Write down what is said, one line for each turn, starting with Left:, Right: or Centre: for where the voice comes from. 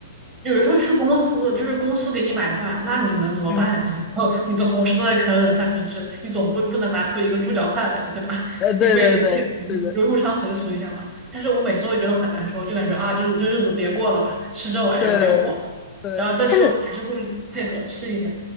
Right: 有的时候去公司，就是公司给你买饭，那你能怎么办呢？
Left: <laughs> 嗯，
Right: <laughs> 然后你的同事都在啃冷三明治，你总不不能拿出一个猪脚饭来，对吧？<laughs>
Left: 呃，对对对，
Right: 你不也得配合一下，
Left: 是的，
Right: 就入乡随俗一下嘛。但是我每次都会觉得很难受，就感觉啊，这这日子别过了吧，吃这玩意儿别火了。
Left: 对对，
Right: 然后，但是就还是会配合吃一下。
Left: 甚至